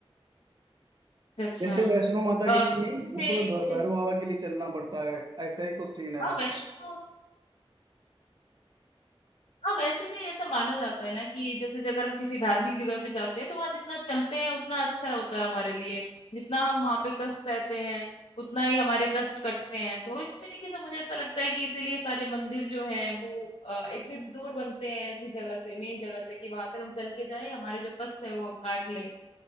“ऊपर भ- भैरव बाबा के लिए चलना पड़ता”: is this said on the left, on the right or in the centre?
Right